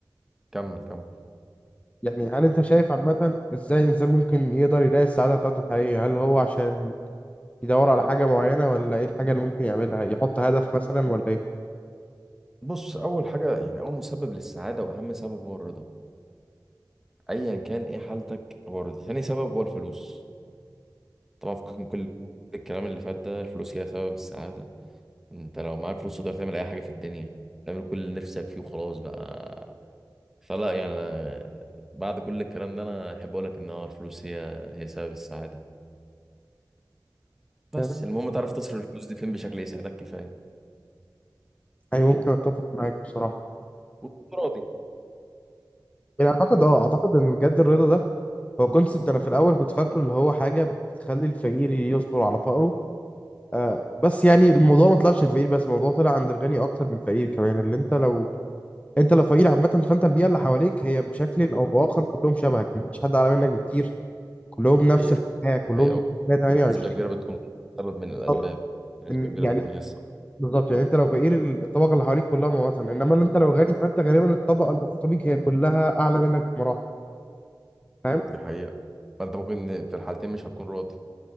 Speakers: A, in the centre; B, on the left.
A: كمل كمل
B: يعني هل انت شايف عامة ازاي الانسان ممكن يقدر يلاقي السعادة بتاعته الحقيقية هل هو عشان يدور على حاجة معينة ولا ايه الحاجة اللي ممكن يعملها يحط هدف مثلا ولا ايه
A: بص اول حاجه يعني اول مسبب للسعاده واهم سبب هو الرضا ايا كان ايه حالتك هو الرضا ثاني سبب هو الفلوس طبعا فكك من كل الكلام اللي فات ده الفلوس هي سبب السعاده انت لو معاك فلوس تقدر تعمل اي حاجه في الدنيا تعمل كل اللي نفسك فيه وخلاص بقى فلا يعني انا بعد كل الكلام ده انا احب اقول لك ان هو الفلوس هي هي سبب السعاده بس
B: يعني
A: المهم تعرف تصرف الفلوس دي فين بشكل يساعدك كفايه
B: أي ممكن اتفق معاك بصراحة
A: وتكون راضي
B: يعني اعتقد اه اعتقد ان بجد الرضا ده هو كونسبت انا في الاول كنت فاكره اللي هو حاجة بتخلي الفقير يصبر على فقره آه بس يعني الموضوع ما طلعش الفقير بس الموضوع طلع عند الغني اكتر من الفقير كمان اللي انت لو انت لو فقير عامة فانت البيئة اللي حواليك هي بشكل او باخر كلهم شبهك مفيش حد اعلى منك بكتير كلهم نفس
A: حقيقة
B: الحياه
A: دي
B: كلهم
A: حقيقة
B: 128
A: وبنسبة كبيرة بتكون سبب من الأسباب
B: بالظبط
A: بنسبة
B: إن-
A: كبيرة
B: يعني
A: بتكون هي السبب
B: بالظبط يعني انت لو فقير الطبقه اللي حواليك كلها مواطن انما اللي انت لو غني فانت غالبا الطبقه المحيطه بيك هي كلها اعلى منك بمراحل فاهم
A: دي حقيقة فأنت ممكن في الحالتين مش هتكون راضي